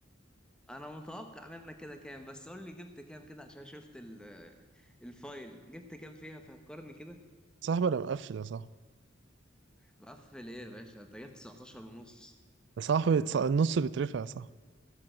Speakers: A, in the centre; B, on the right.
A: انا متوقع منك كده كام بس قول لي جبت كام كده عشان شفت ال- الفايل جبت كام فيها فكرني كده
B: صاحبي انا مقفل يا صاحبي
A: مقفل ايه يا باشا انت جبت 19 ونص
B: يا صاحبي تص- النص بيترفع يا صاحبي